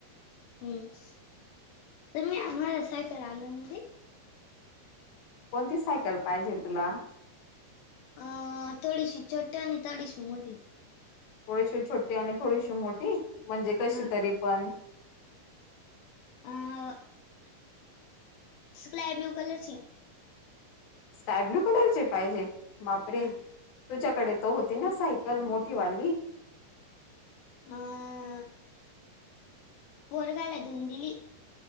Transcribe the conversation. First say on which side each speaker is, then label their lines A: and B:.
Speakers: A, on the left; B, on the left.
A: <unintelligible>
B: कोणती सायकल पाहिजे तुला?
A: <unintelligible>
B: थोडीशी छोटी आणि थोडीशी मोठी, म्हणजे कशी
A: हा
B: तरी पण?
A: अम्म. स्क्लाय ब्ल्यू कलरची.
B: स्काय ब्लू कलरची पाहिजे मापरे!
A: हा
B: तुझ्याकडे तो होती ना, सायकल मोठी वाली?
A: आ पोरग्याले देऊन दिली.